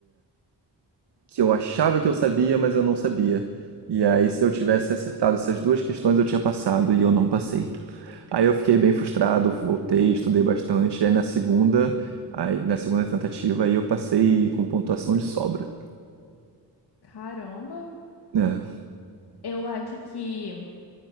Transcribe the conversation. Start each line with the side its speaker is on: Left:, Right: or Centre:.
Right: que eu achava que eu sabia, mas eu não sabia. E aí, se eu tivesse acertado essas duas questões, eu tinha passado e eu não passei. Aí eu fiquei bem frustrado, voltei, estudei bastante. Aí na segunda, aí na segunda tentativa, aí eu passei com pontuação de sobra.
Left: Caramba,
Right: É,
Left: eu acho que